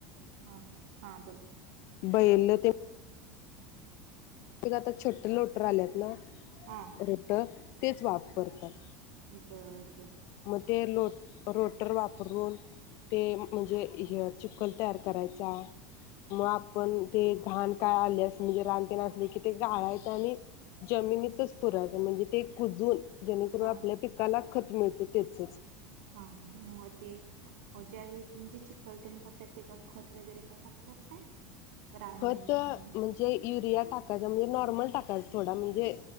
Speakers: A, on the right; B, on the left.
A: हा हा हा बोल.
B: बैललं ते. त आता छोट्टे लोटर आलेत ना.
A: हां
B: रोटा तेच वापरतात.
A: बर बर.
B: मग ते लो रोटर वापरून ते, म्हणजे ह चिखखल तयार करायचा, मग आपण ते घाण काय आले अस म्हणजे रानते असलं की, ते गाळायच आणि जमिनीतच पुरायचं म्हणजे ते कुजून जेणेकरून
A: हां
B: आपल्या पिकाला. खत मिळतंय. तेचच
A: हा मग ते ज्यावेळीजे चिखलते त्याच्या खत वगैरे काय टाकतात काय रान येऊ
B: खत
A: नये म्हणून
B: म्हणजे युरिया टाकायचं म्हणजे नॉर्मल टाकाय का थोडा म्हणजे